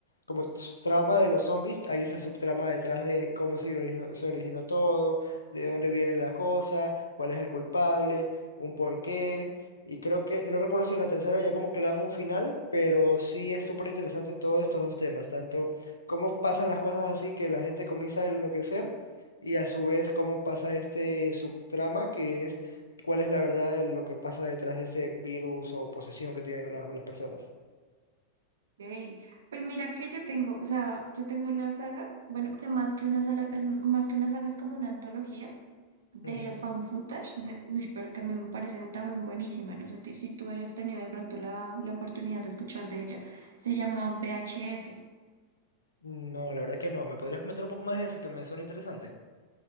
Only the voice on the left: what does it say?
como s- trama de los zombies, hay esta subtrama detrás de cómo se originó, se originó todo, de dónde viene la cosa cuál es el culpable, un porqué. Y creo que, no recuerdo si en la tercera ya como que le dan un final, pero sí es súper interesante todos estos dos temas, tanto cómo pasan las cosas así que la gente comienza a enloquecer y a su vez cómo pasa este subtrama que es cuál es la verdad de lo que pasa detrás de este virus o posesión que tienen las, las personas.
Ujú.
No, la verdad que no. ¿Me podrías comentar un poco más de eso que me suena interesante?